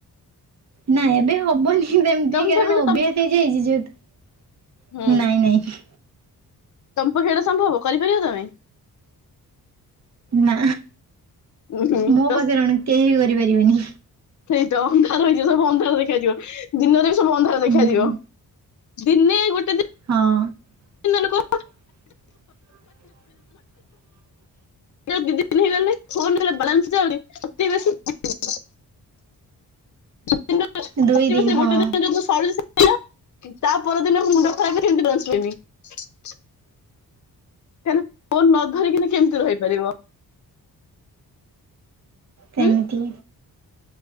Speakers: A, on the right; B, on the left.
A: ନା ଏବେ ହବନି ସେମିତି
B: ତମେ
A: କାରଣ
B: ଭାବିଲ
A: ଅଭ୍ୟାସ ହେଇଯାଇଛି ଯେହେତୁ।
B: ତମ ହୁଁ
A: ନାଇଁ ନାଇଁ।
B: ତମ ପକ୍ଷେ ଏଇଟା ସମ୍ଭବ କରିପାରିବ ତମେ?
A: ନା
B: ଉହୁଁ
A: ମୋ
B: ତ
A: ପାଖରେ
B: ସ-
A: କଣ କେହି ବି କରିପାରିବେନି।
B: ସେଇ ତ ଅନ୍ଧାର ହେଇଯିବ ସବୁ ଅନ୍ଧାର ଦେଖାଯିବ ଦିନରେ ବି ସବୁ ଅନ୍ଧାର
A: ହୁଁ
B: ଦେଖାଯିବ। ଦିନେ ଗୋଟେ ଦିନ
A: ହଁ। <inaudible>
B: ଲୋକ ଦି ଦିନ ହେଇଗଲେ ଫୋନ ହେଲେ ବାଲାନ୍ସ ଯାଉନି ଅତି ବେଶୀରେ <unintelligible> ଅତି
A: ଦୁଇ
B: ବେଶୀରେ ଗୋଟେ
A: ହଁ
B: ଦିନ ଯୋଉ ଦିନ ସରୁଛି ସେ <unintelligible> ତା ପରଦିନ ମୁଣ୍ଡ ଖରାପ କେମିତି। <unintelligible> <inaudible> ତାହେଲେ ଫୋନ୍ ନ ଧରିକିନା କେମିତି ରହିପାରିବ।
A: କେମିତି?
B: ହୁଁ